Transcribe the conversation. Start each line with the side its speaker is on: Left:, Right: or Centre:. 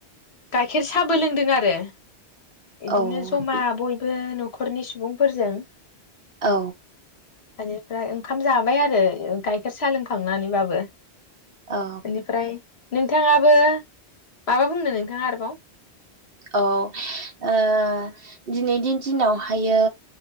Left: गाइखेर साबो लोंदों आरो। बिदिनो
Right: औ
Left: जमा
Right: बे
Left: बयबो न खरनि सु सुबुंफोरजों
Right: औ
Left: माने ओमफ्राय ओंखाम जाबाय आरो गाइखेर साहा लोंखांनानैबाबो।
Right: औ
Left: बेनिफ्राय नोंथांङा बो माबा बुंनो नोंथाङा आरोबाव?
Right: औ ओ दिनैनि दिनावहायो